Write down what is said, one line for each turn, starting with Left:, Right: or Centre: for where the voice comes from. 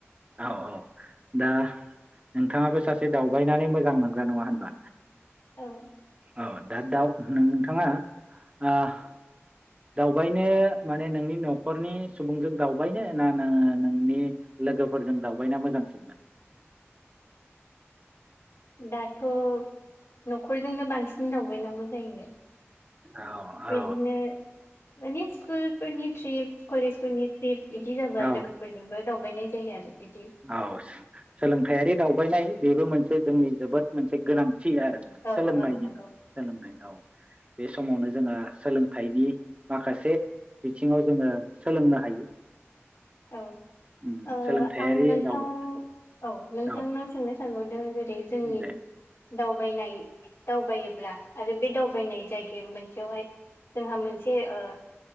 Right: औ औ दा नोंथाङाबो सासे दावबायनानै मोजां मोनग्रा नङा होनबा?
Left: औ
Right: औ दा दाव नोंथाङा आह दावबायनो माने नोंनि न'खरनि सुबुंजों दावबायनो ना नोङो नोंनि लोगोफोरजों दावबायना मोजांसिनमोन
Left: दाथ' न'खरजोंनो बांसिन दावबायनांगौ जायो
Right: औ
Left: बिदिनो
Right: औ
Left: माने सकुलफोरनि ट्रिप कलेजफोरनि ट्रिप बिदि जाबा
Right: औ
Left: लोगोफोरजोंबो दावबायनाय जायो आरो बिदि
Right: औ सोलोंथायारि दाव बायनाय बेबो मोनसे जोंनि जोबोद मोनसे गोनां थि आरो
Left: औ
Right: सोलोंनायनि
Left: औ नंगौ
Right: सोलोंनाय औ बे समावनो जोंहा सोलोंथाइनि माखासे बिथिङाव जोङो सोलोंनो हायो।
Left: औ
Right: उम
Left: ओ
Right: सोलोंथायारि
Left: आं नोंथां
Right: दावबा
Left: औ नोंथांनाव
Right: औ
Left: सोंनो सानबाय दे ए जे बे जोंनि
Right: दे
Left: दावबायनाय दावबायोब्ला आरो बे दावबायनाय जायगे मोनसेयावहाय जोंहा मोनसे ओ